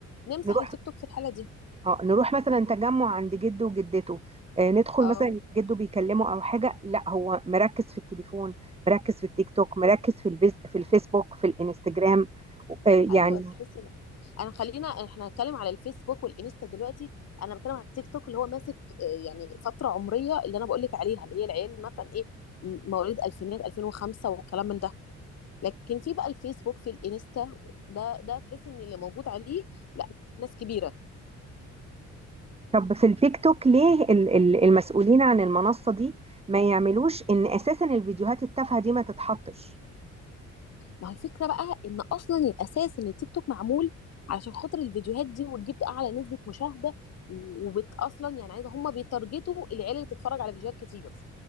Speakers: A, on the left (about 55°); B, on the right (about 20°).
A: نمسح
B: نروح
A: التيك توك في الحاله دي
B: اه نروح مثلا تجمع عند جده وجدته آه ندخل
A: اه
B: مثلا جده بيكلمه او حاجة لا هو مركز في التليفون مركز في التيك توك مركز في البيز... في الفيسبوك في الانستجرام آه يعني
A: ايوه تحسي إن- انا خلينا احنا هنتكلم على الفيسبوك والانستا دلوقتي انا بتكلم على التيك توك اللي هو ماسك آه، يعني فتره عمريه اللي انا بقول لك عليها اللي هي العيال مثلا ايه م- مواليد الفينات 2005 والكلام من ده لكن في بقى الفيسبوك في الانستا ده ده تحس ان اللي موجود عليه لا ناس كبيره
B: طب في التيك توك ليه ال- ال- المسؤولين عن المنصة دي ما يعملوش ان اساسا الفيديوهات التافهة دي ما تتحطش
A: ما هو الفكره بقى ان اصلا الاساس ان التيك توك معمول علشان خاطر الفيديوهات دي وتجيب اعلى نسبه مشاهده وبت اصلا يعني عايزه هم بيتارجتوا العيال اللي تتفرج على فيديوهات كتير